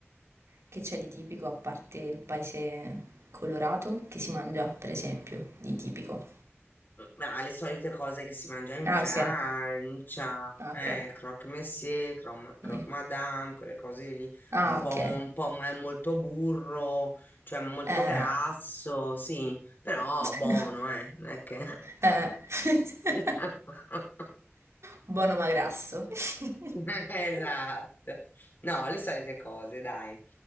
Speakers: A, on the right; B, on the left.
A: Che c'è di tipico a parte il paese colorato che si mangia, per esempio, di tipico?
B: Ma le solite cose che si mangia in
A: Ah,
B: Francia,
A: ok. Ah,
B: eh,
A: ok.
B: croque monsieur, crom- croque
A: Quindi-
B: madame, quelle cose lì,
A: Ah,
B: un po',
A: ok.
B: un po' ma- molto burro, cioè molto
A: Eh.
B: grasso, sì, però
A: <laughs>
B: buono, eh, non è che...
A: Eh. <laughs>
B: <laughs>
A: Buono ma grasso. <laughs>
B: <laughs> Esatto, no, le solite cose, dai.